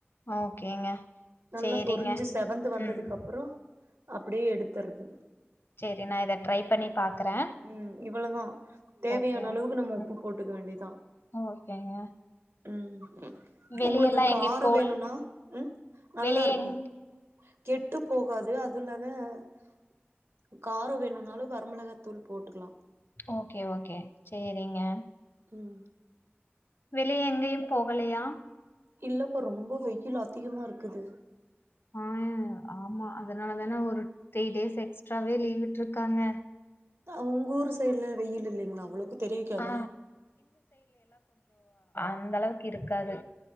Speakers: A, on the left; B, on the right.
A: ஓகேங்க
B: நல்லா
A: சேரிங்க
B: பொருஞ்சு செவந்து வந்ததுக்கப்றோ
A: ம்
B: அப்படியே எடுத்தர்ரது
A: சேரி நா இத ட்ரை பண்ணி பாக்குறே
B: உம் இவ்வளதா தேவையான
A: ஓகே
B: அளவு
A: ம்
B: உப்பு போட்டுக்க வேண்டியதுதா
A: ஓகேங்க
B: உ உம்
A: வெளியெல்லா
B: உங்களுக்கு காரோ
A: எங்கயு போல்
B: வேணுன்னா உஹம் நல்லா
A: வெளிய
B: இருக்கு
A: எங்
B: கெட்டு போகாது அது இல்லான்ம <inaudible> காரோ வேணுனாலு வரமிளகத் தூள் போட்டுக்கலா
A: ஓகே ஓகே சேரிங் ஏ
B: ம்
A: வெளிய எங்கேயு போகலையா
B: இல்லப்ப ரொம்ப வெயில் அதிகமா இருக்குத்து
A: ஆஹ் ஆமா அதனாலதானே ஒரு த்ரீ டேஸ் எக்ஸ்ட்ராவே லீவ்வி்ட்டுருக்காங்க
B: உங் கூர் சைட்ல வெயிலில்லைங்களா அவ்வளவுக்கு தெரிவிக்காத
A: ஆ அந்தளவுக்கு இருக்காது